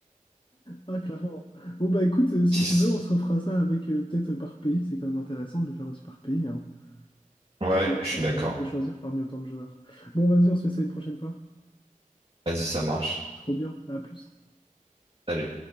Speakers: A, on the left; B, on the right.
A: Ah, clairement. Bon, bah écoute, euh, si
B: Si
A: tu
B: c-
A: veux, on se refera ça avec euh, peut-être par pays. C'est quand même intéressant de le faire aussi par pays. hein.
B: Ouais,
A: Parce que là,
B: je
A: c'est
B: suis
A: impossible
B: d'accord.
A: de choisir parmi autant de joueurs. Bon, vas-y, on se fait ça une prochaine fois.
B: Vas-y, ça marche.
A: Trop bien. À plus.
B: Allez.